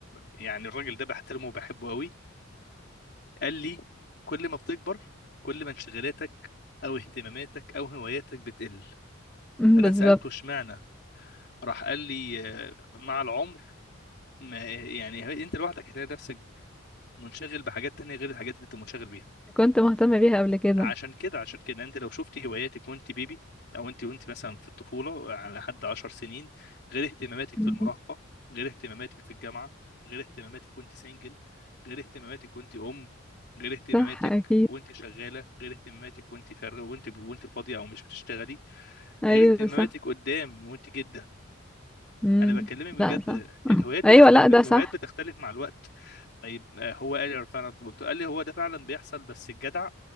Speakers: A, on the left; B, in the centre.
A: يعني الراجل ده بحترمه وبحبه قوي قال لي كل ما بتكبر كل ما انشغالاتك او اهتماماتك او هواياتك بتقل
B: مم،
A: فانا
B: بالظبط
A: سالته اشمعنى راح قال لي اه، مع العمر ما يعني انت لوحدك هتلاقي نفسك منشغل بحاجات تانية غير الحاجات اللي انت منشغل بيها
B: كنت مهتمة بيها قبل كده
A: عشان كده عشان كده انت لو شفتي هواياتك وانت بيبي او انت وانت مثلا في الطفوله على لحد 10 سنين غير اهتماماتك
B: مم.
A: في المراهقه غير اهتماماتك في الجامعه غير اهتماماتك وانت سنجل غير اهتماماتك وانت ام غير اهتماماتك
B: صح أكيد
A: وانت شغاله غير اهتماماتك وانت فارغه وانت وانت فاضيه او مش بتشتغلي
B: أيوة
A: غير اهتماماتك
B: صح
A: قدام وانت جده
B: مم.
A: انا بكلمك بجد
B: لا صح <laughs>
A: الهوايات بتختلف
B: أيوة لا ده
A: الهوايات
B: صح
A: بتختلف مع الوقت طيب آه، هو قال لي فعلا قلت له- قال لي هو ده فعلا بيحصل بس الجدع